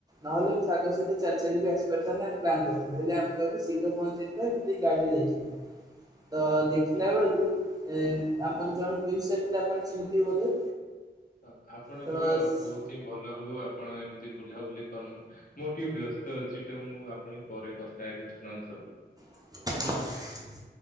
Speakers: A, on the right; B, on the left.
A: ନହେଲେ ମୁଁ ସାଙ୍ଗ ସହିତ ଚାଲି ଚାଲି କି ଆସି ପାରଥାନ୍ତି। ଆମେ ପ୍ଲାନ୍ କରଥିଲୁ ହେଲେ ଆମେ କାଲି ଶୀଘ୍ର ପହଞ୍ଚିଥିଲେ, ସେଠି ଗାଡିରେ ଯାଇଥିଲି। ତ ଦେଖିଲା
B: ଓହୋ।
A: ବେଳକୁ ଏନ୍, ଆପଣ ଜଣେ ପିଉଷ୍ ସାର୍ ଥିଲେ, ଆପଣ ଚିନ୍ ଥିବେ ବୋଧେ?
B: ହ, ଆପଣଙ୍କର
A: ତ
B: ବହୁତ ହିଁ ଭଲ ହଉ ଆ ଆପଣ ଏମିତି ବୁଲାବୁଲି କରନ୍। ମୁଁ ଟିଏ ବ୍ୟସ୍ତ ଅଛି ଟୋ ମୁଁ ଆପଣଙ୍କୁ ପରେ କଥା ହେବି। ଆପଣଙ୍କ ଆସ
A: <inaudible>